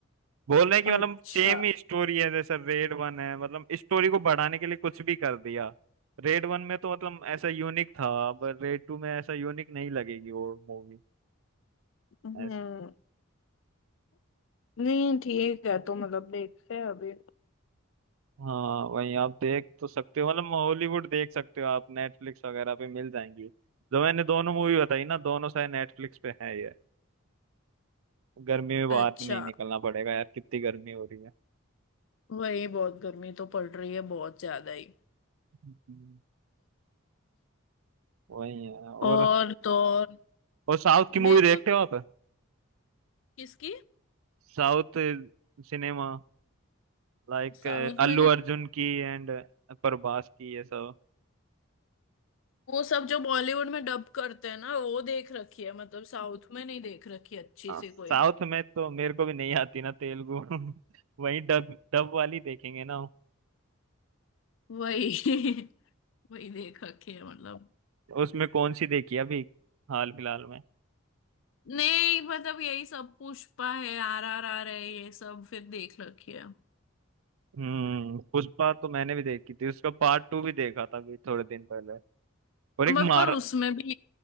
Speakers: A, on the right; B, on the left.
A: बोल रहे हैं कि
B: अच्छा
A: मतलब सेम ही स्टोरी है जैसे रेड वन है मतलब स्टोरी को बढ़ाने के लिए कुछ भी कर दिया रेड वन में तो मतलब ऐसा यूनिक था अब रेड टू में ऐसा यूनिक नहीं लगेगी वो मूवी
B: हम्म
A: ऐसी
B: नहीं ठीक है तो मतलब देखते हैं अभी
A: हाँ वही आप देख तो सकते हो मतलब हॉलीवुड देख सकते हो आप नेटफ्लिक्स वगैरह पे मिल जाएंगी जो मैंने दोनों मूवी बताई ना दोनों शायद नेटफ्लिक्स पे है ये गर्मी में बाहर
B: अच्छा
A: भी नहीं निकलना पड़ेगा यार कितनी गर्मी हो रही है
B: वही बहुत गर्मी तो पड़ रही है बहुत ज्यादा ही
A: हम्म। वही है और
B: और तो और
A: और साउथ की
B: मेरे
A: मूवी देखते
B: को
A: हो आप
B: किसकी
A: South cinema like
B: साउथ
A: Allu
B: में नहीं
A: Arjun की एंड प्रभास की ये सब
B: वो सब जो बॉलीवुड में डब करते हैं ना वो देख रखी है मतलब साउथ में नहीं देख रखी अच्छी
A: हाँ
B: से कोई
A: साउथ में तो मेरे को भी नहीं आती ना तेलुगु <laughs> वही डब डब वाली देखेंगे ना
B: वही <laughs> वही देख रखी है मतलब
A: उसमें कौन सी देखी अभी हाल फिलहाल में
B: नहीं मतलब यही सब पुष्पा है आर आर आर है ये सब फिर देख रखी है
A: हम्म पुष्पा तो मैंने भी देखी थी उसका पार्ट टू भी देखा था अभी थोड़े दिन पहले और एक
B: मत
A: मार
B: पर उसमें भी